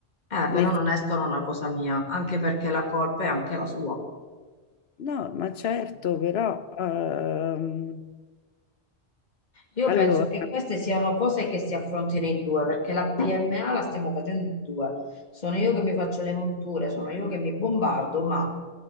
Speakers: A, on the left; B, on the left.
A: Eh,
B: Nel
A: però non
B: senso
A: è solo una cosa mia, anche perché la colpa è anche la sua.
B: No, ma certo, però ehm,
A: Io
B: allora,
A: penso che queste siano cose che si affrontino in due, perché la PMA la stiamo facendo in due. Sono io che mi faccio le monture, sono io che mi bombardo, ma